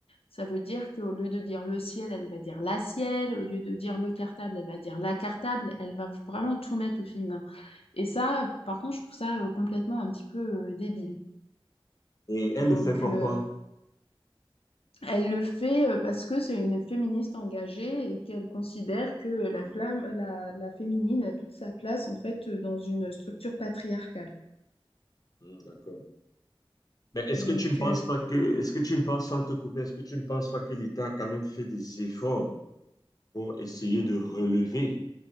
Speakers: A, on the left; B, on the left.
A: Ça veut dire qu'au lieu de dire le ciel, elle va dire la ciel. Au lieu de dire le cartable, elle va dire la cartable. Elle va vraiment tout mettre au féminin. Et ça, par contre, je trouve ça euh, complètement un petit peu euh, débile.
B: Et elle
A: Donc,
B: le fait pourquoi?
A: euh, elle le fait euh, parce que c'est une féministe engagée et qu'elle considère que la
B: Hmm,
A: flamme, la, la féminine a toute sa place en fait dans une structure patriarcale.
B: hmm, d'accord. Mais est-ce
A: Donc,
B: que tu ne penses
A: euh,
B: pas que, est-ce que tu ne penses, sans te couper, est-ce que tu ne penses pas que l'État a quand même fait des efforts? pour essayer de relever